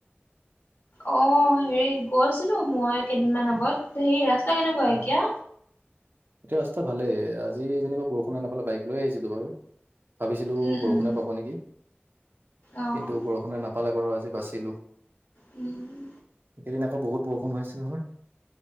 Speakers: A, on the left; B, on the right.
A: অ হেৰি গৈছিলো মই কেইদিনমান আগত হেৰি ৰাস্তা কেনেকুৱা
B: অ',
A: এতিয়া।
B: এতিয়া ৰাস্তা ভালেই আজি যেনিবা বৰষুণে নেপালে বাইক লৈ আহিছিলো বাৰু। ভাবিছিলো
A: উম,
B: বৰষুণে
A: উম,
B: পাব নেকি
A: অ',
B: কিন্তু বৰষুণ। মানে নাপালে বাৰু আজি বাচিলোঁ
A: উম।
B: এইকেইদিন আকৌ বহুত বৰষুণ হৈ আছিল নহয়।